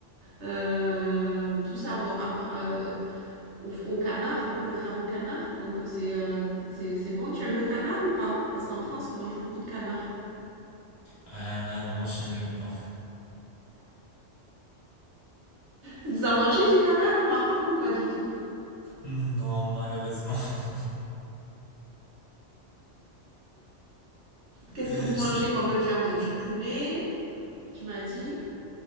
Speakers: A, on the right; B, on the left.
A: euh, tout ça. Bon, après, euh, au, au canard, on peut le faire au canard, donc euh, c'est euh, c'est c'est bon. Tu aimes le canard ou pas? Parce qu'en France, on mange beaucoup de canard.
B: Ah non, je ne l'aime pas. <laughs>
A: Vous en mangez du canard au Maroc ou pas du tout?
B: Non, malheureusement. <laughs>
A: Qu'est-ce
B: Euh,
A: que vous mangez
B: je,
A: comme viande? Du poulet, tu m'as dit?